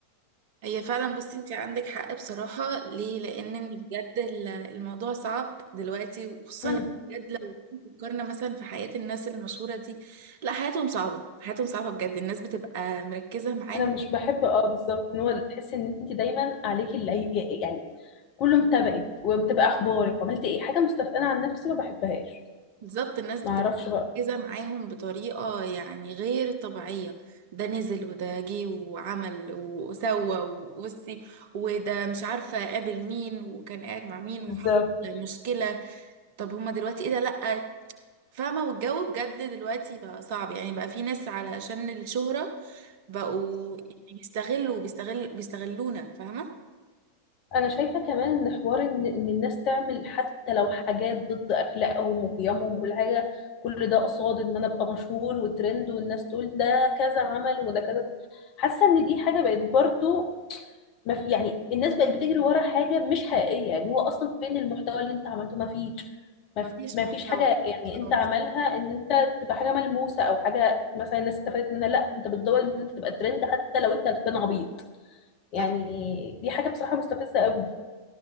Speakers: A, on the right; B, on the left.
A: هي فعلا بصي انتي عندك حق بصراحه ليه لان بجد ال- الموضوع صعب دلوقتي وخصوصا
B: مم.
A: بجد لو فكرنا مثلا في حياه الناس المشهوره دي لا حياتهم صعبه حياتهم صعبه بجد الناس بتبقى مركزه معاهم
B: انا مش بحب اه بالظبط ان هو تحسي ان انت دايما عليكي العي- يعني كله متابعك ومتابع اخبارك وعملت ايه حاجه مستف... انا عن نفسي ما بحبهاش
A: بالظبط الناس بتبقى
B: ما اعرفش بقى
A: مركزة معاهم بطريقة يعني غير طبيعية ده نزل وده جه وعمل وسوى وبصي وده مش عارفة قابل مين وكان قاعد مع مين
B: بالظبط
A: وحصل مشكلة طب هما دلوقتي ايه ده لأ فاهمة والجو بجد دلوقتي بقى صعب يعني بقى في ناس علشان الشهرة بقوا يعني بيستغلوا بيستغل بيستغلونا فاهمة
B: انا شايفه كمان ان حوار ان إن الناس تعمل حتى لو حاجات ضد اخلاقهم وقيمهم وكل حاجه كل ده قصاد ان انا ابقى مشهور وترند والناس تقول ده كذا عمل وده كذا حاسه ان دي حاجه بقت برضو ما في يعني الناس بقت بتجري ورا حاجه مش حقيقيه يعني هو اصلا فين المحتوى اللي انت عملته ما فيش ما
A: مفيش
B: ف- ما
A: محتوى
B: فيش حاجه يعني انت
A: أه،
B: عملها ان انت تبقى حاجه ملموسه او حاجه مثلا الناس استفادت منها لا انت بتدور ان انت تبقى ترند حتى لو انت هتبان عبيط يعني
A: صح
B: دي حاجه بصراحه مستفزه قوي